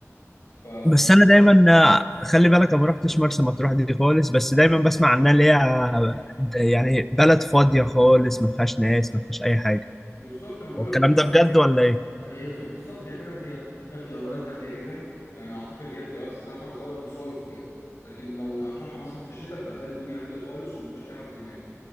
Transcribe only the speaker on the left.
ف
بالظبط انا بقول
لك هي بلد
هاديه
هي في بالظبط هي فعلا هي هي بتبقى بلد هاديه جدا يعني اعتقد هي بتبقى بس زحمه بسبب المصايف وكده لكن لو هتروحها مثلا في الشتاء انت هتلاقي الدنيا هاديه خالص ومفيش اي حد هناك